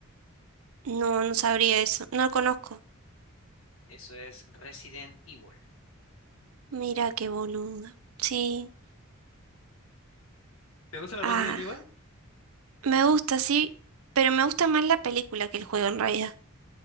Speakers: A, on the right; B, on the left.
A: No, no sabría eso. No lo conozco.
B: Eso es Resident Evil.
A: Mira qué boluda. Sí.
B: ¿Te gusta los
A: Ah,
B: Resident Evil?
A: me gusta, sí, pero me gusta más la película que el juego en realidad.